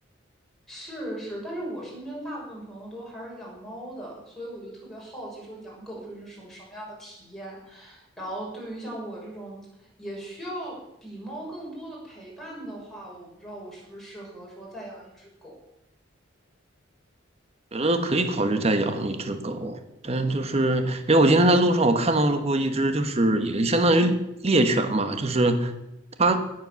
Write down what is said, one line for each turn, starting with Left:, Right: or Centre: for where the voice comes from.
Centre: 是是，但是我身边大部分朋友都还是养猫的，所以我就特别好奇，说养狗是一种什么样的体验。然后对于像我这种也需要比猫更多的陪伴的话，我不知道我是不是适合说再养一只狗。
Right: 觉得可以考虑再养一只狗，但是就是因为我今天在路上我看到了过一只，就是也相当于猎犬嘛，就是它